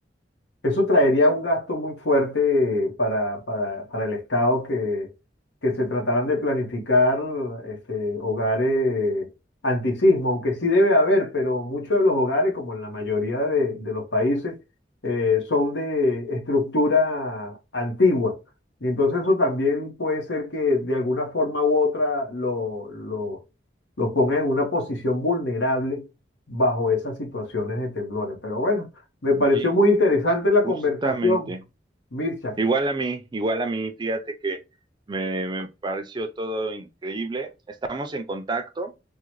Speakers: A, on the left (about 80°); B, on the right (about 25°).
A: Eso traería un gasto muy fuerte para, para, para el Estado que, que se trataran de planificar este, hogares antisismo, aunque sí debe haber, pero muchos de los hogares, como en la mayoría de, de los países, eh, son de estructura antigua. Y entonces eso también puede ser que de alguna forma u otra lo, lo- los ponga en una posición vulnerable bajo esas situaciones de temblores. Pero bueno. Me pareció
B: ¿sí?
A: muy interesante la
B: Justamente.
A: conversación, Mircha.
B: Igual a mí, igual a mí, fíjate que me, me pareció todo increíble. Estamos en contacto